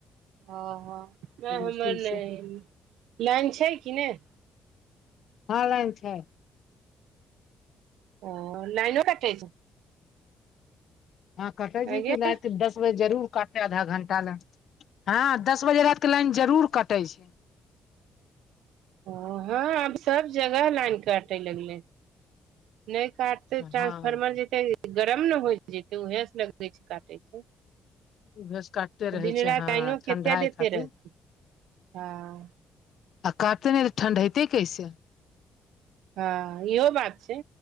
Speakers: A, on the right (about 85°); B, on the left (about 65°).
A: ओ हमर ने
B: स्कुल
A: अलई
B: से
A: हन लइन छै कि नहि
B: हँ लइन छै
A: ओ लाइनो कटै छै
B: हँ कटे छै
A: आंय
B: कि
A: गे
B: राति दस बजे जरूर कटे आधा घंटा लए ह दस बजे लान जरूर कटै छै
A: ओ हँ आब सब जगह लाइन काटे लगले नहि काटते ट्रांसफॉर्मर
B: हँ
A: जेते गरम ने होई जेतै उहेस लगै छै काटै छै
B: उहेस काटते रहै
A: दिन
B: छै
A: राति
B: हँ
A: लाइनो केते
B: ठंडाइ
A: देते
B: खातिर
A: रहत हँ
B: आ काटतै नहि त ठंडयतै कैसे
A: हँ इहो बात छै